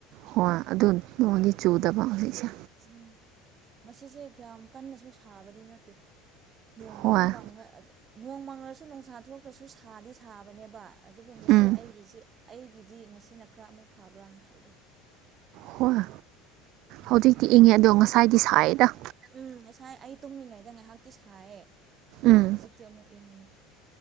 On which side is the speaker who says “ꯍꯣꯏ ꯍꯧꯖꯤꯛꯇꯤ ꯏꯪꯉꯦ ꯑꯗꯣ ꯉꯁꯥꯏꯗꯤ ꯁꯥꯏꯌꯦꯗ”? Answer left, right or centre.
Right